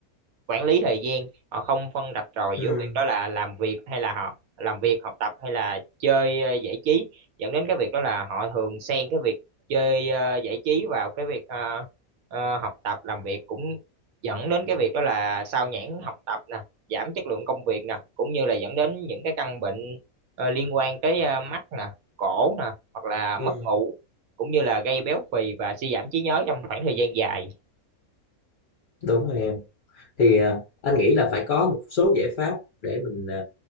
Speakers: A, on the right; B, on the left.
A: quản lý thời gian họ không phân rạch ròi
B: Ừ,
A: giữa việc đó là làm việc hay là học làm việc học tập hay là chơi ờ, giải trí dẫn đến cái việc đó là họ thường xen cái việc chơi ờ, giải trí vào cái việc ờ, ờ, học tập làm việc cũng dẫn đến cái việc đó là sao nhãng học tập nè giảm chất lượng công việc nè cũng như là dẫn đến những cái căn bệnh ờ, liên quan tới ờ, mắt nè cổ nè hoặc là
B: ừ,
A: mất ngủ cũng như là gây béo phì và suy giảm trí nhớ trong khoảng thời gian dài
B: đúng rồi em. Thì à, anh nghĩ là phải có một số giải pháp để mình à,